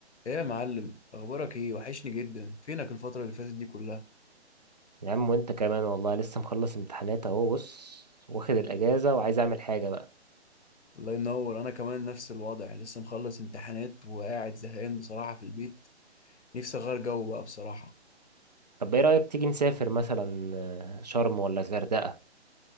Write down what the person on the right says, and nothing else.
يا عم وانت كمان والله لسه مخلص امتحانات اهو بص واخد الاجازه وعايز اعمل حاجه بقى
طب ايه رايك تيجي نسافر مثلا آه، شرم ولا الغردقه